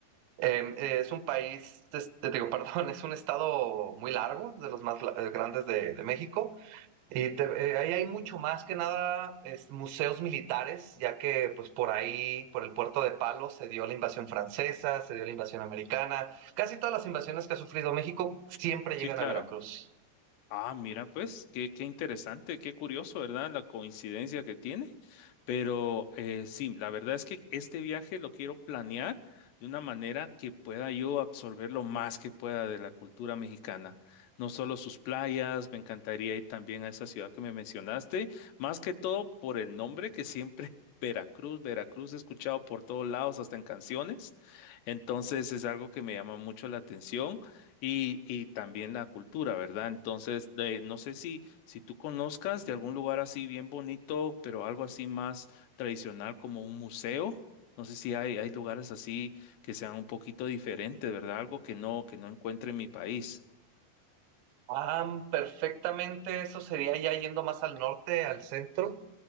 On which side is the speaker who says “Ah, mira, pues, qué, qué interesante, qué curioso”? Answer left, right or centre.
Left